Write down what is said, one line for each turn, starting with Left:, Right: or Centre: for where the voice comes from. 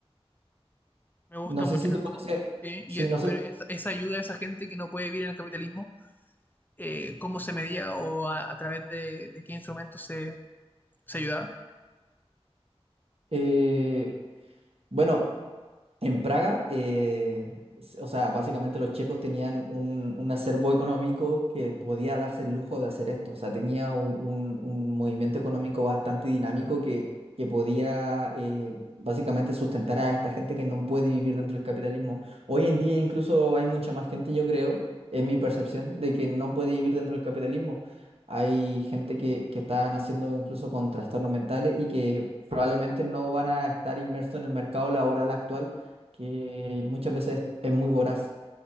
Left: Me gusta
Right: No sé
Left: mucho
Right: si tú
Left: eso.
Right: conoces,
Left: sí,
Right: sí,
Left: y eh,
Right: no sé,
Left: pero esa, esa ayuda a esa gente que no puede vivir en el capitalismo, eh, cómo se medía o a, a través de, de qué instrumentos se, se ayudaba.
Right: eh, bueno. En Praga, eh, s- o sea, básicamente los checos tenían un, un acervo económico que podía darse el lujo de hacer esto. O sea, tenía un, un- un movimiento económico bastante dinámico que, que podía eh, básicamente sustentar a esta gente que no puede vivir dentro del capitalismo. Hoy en día incluso hay mucha más gente, yo creo, es mi percepción, de que no puede vivir dentro del capitalismo. Hay gente que, que está naciendo incluso con trastornos mentales y que probablemente no van a estar inmersos en el mercado laboral actual que muchas veces es muy voraz.